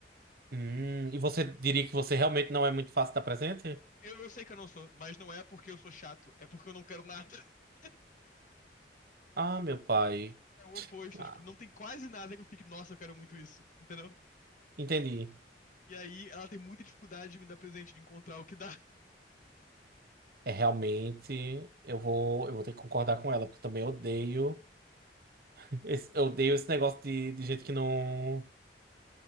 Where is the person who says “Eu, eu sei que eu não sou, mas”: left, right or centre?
Left